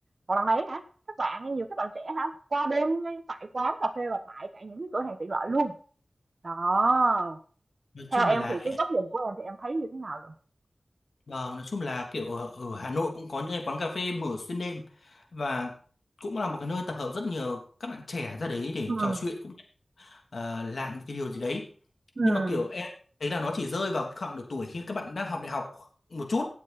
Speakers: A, on the right (about 60°); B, on the left (about 75°).
A: Còn lần này hả, các bạn nhiều các bạn trẻ hả, qua đêm ngay tại quán cà phê và tại cả những cái cửa hàng tiện lợi luôn. Đó,
B: nói chung
A: theo em
B: là
A: thì cái góc nhìn của em thì em thấy như thế nào rồi?
B: Vâng, nói chung là kiểu ở, ở Hà Nội cũng có những cái quán cà phê mở xuyên đêm và cũng là một cái nơi tập hợp rất nhiều các bạn trẻ ra đấy để
A: Ừm,
B: trò chuyện cũng ờ, làm cái điều gì đấy
A: ừm,
B: nhưng mà kiểu em thấy là nó chỉ rơi vào cái khoảng độ tuổi khi các bạn đang học đại học một chút